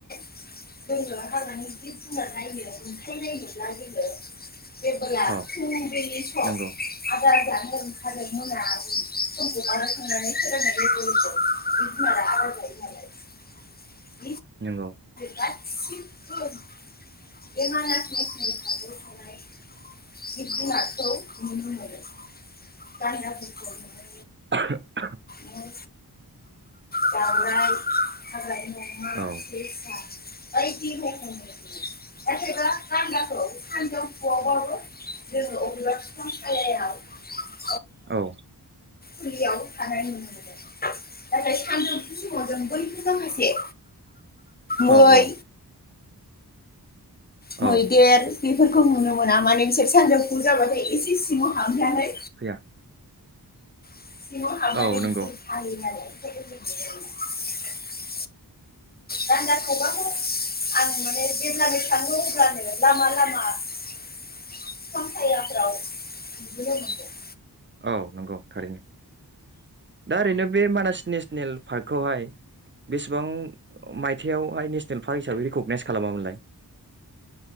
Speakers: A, on the left; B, on the right.
A: <inaudible>
B: औ
A: फुंबिलि सम
B: नंगौ
A: <unintelligible>
B: नंगौ
A: <unintelligible>
B: <unintelligible>
A: मै दावराइ हाग्रानि अमा
B: औ
A: सेसा <unintelligible>
B: औ
A: फयाव थानाय नाथाय सानजौफु समाव जों बयबो माखासे मै
B: औ औ
A: मैदेर
B: औ
A: बेफोरखौ नुनो मोना माने बिसोर सानजोबफु जाबाथाय एसे सिङाव हाबनानै
B: फैया
A: <unintelligible>
B: औ नंगौ
A: <unintelligible> दान्दाखौबो आं माने जेब्लानो थांङो अब्लानो लामा लामा बिफां सायहाफ्राव नुनो मोनोन
B: औ नंगौ थारैनो दा ओरैनो बे मानास नेसनेल पार्कखौहाय बेसेबां मायथायाइयावहाय नेसनेल पार्क हिसाबै रिकगनाइस खालामामोनलाय?